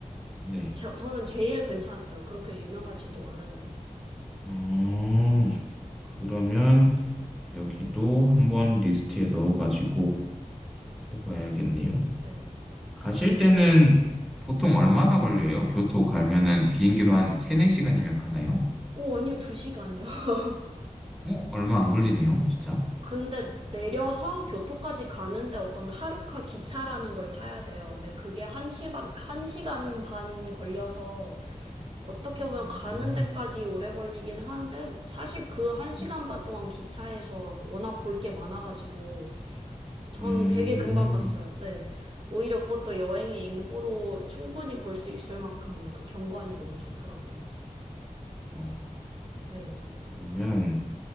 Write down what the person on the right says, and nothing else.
제, 저는 제일 괜찮았어요. 그렇게 유명하지도 않은데.
네.
오, 아니요. 두 시간이요. <laughs>
근데 내려서 교토까지 가는데 어떤 하루카 기차라는 걸 타야 돼요. 근데 그게 한 시간, 한 시간 반 걸려서 어떻게
보면 가는 데까지 오래 걸리긴 한데 사실 그 한 시간
반 동안 기차에서 워낙
볼 게 많아가지고 전
되게 금방 갔어요. 네. 오히려 그것도 여행의 일부로 충분히 볼 수 있을 만큼 그 경관이 너무 좋더라고요.
네.